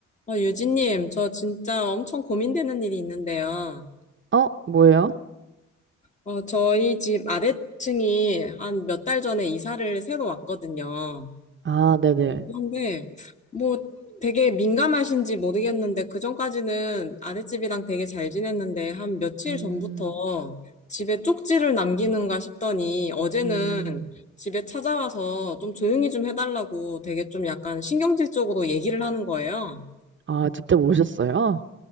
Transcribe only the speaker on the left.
어, 유진님, 저 진짜 엄청 고민되는 일이 있는데요.
어, 저희 집 아래층이 한 몇 달 전에 이사를 새로 왔거든요.
그런데 뭐 되게 민감하신지 모르겠는데 그전까지는 아랫집이랑 되게 잘 지냈는데 한 며칠
전부터 집에 쪽지를 남기는가 싶더니 어제는
집에 찾아와서 좀 조용히 좀 해달라고 되게 좀 약간 신경질적으로 얘기를 하는 거예요.